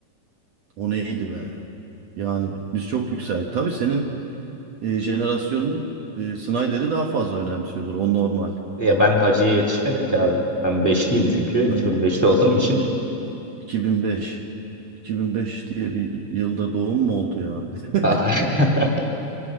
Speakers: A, on the right; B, in the centre.
A: O neydi be? Yani biz çok yükseldik. Tabii senin e, jenerasyonun e, Snyder'i daha fazla önemsiyordur. O normal.
B: Ya ben Hacı'ya yetişmedim ki abi. Ben beşliyim çünkü.
A: Hani
B: 2005'li olduğum için.
A: 2005. 2005 diye bir yılda doğum mu oldu ya? <laughs>
B: <laughs>